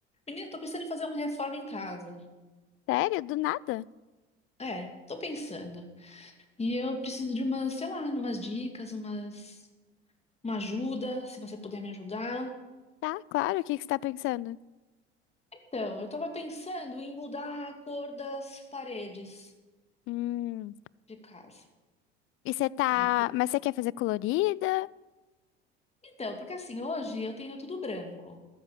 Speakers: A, on the left; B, on the left.
A: Menina, tô pensando em fazer uma reforma em casa.
B: Sério? Do nada?
A: É, tô pensando. E eu preciso de umas, sei lá, umas dicas, umas, uma ajuda, se você puder me ajudar.
B: Tá, claro. O que que você tá pensando?
A: Então, eu tava pensando em mudar a cor das paredes
B: Hum.
A: de casa.
B: E você tá.
A: E por-
B: Mas você quer fazer colorida?
A: Então, porque assim, hoje eu tenho tudo branco.